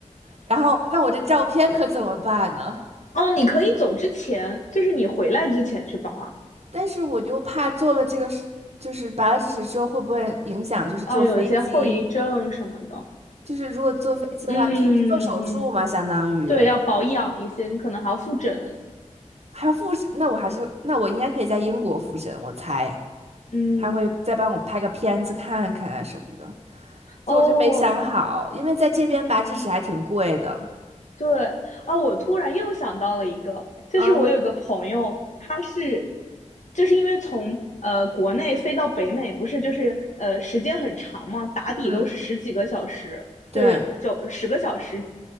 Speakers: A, on the right; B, on the left.
A: 然后那我这照片可怎么办呢？
B: 哦，你可以走之前，就是你回来之前去保啊。
A: 但是我又怕做了这个事，就是拔了智齿之后会不会影响，就是坐飞机。
B: 哦，有一些后遗症什么的。
A: 就是如果坐飞机的话，
B: 嗯嗯，
A: 就是做手术嘛，相当于
B: 对，要保养一些，你可能还要复诊。
A: 还要复诊。那我还是，那我应该可以在英国复诊，我猜
B: 嗯，
A: 他会再帮我拍个片子看看啊什么的。就我就没想好，
B: 哦，
A: 因为在这边拔智齿还挺贵的。
B: 对啊，我突然又想到了一个，就是我有个朋友，
A: 嗯
B: 他是，就是因为从呃国内飞到北美，不是就是呃时间很长嘛，打底都是十几个小时，
A: 嗯，对。
B: 就是九十个小时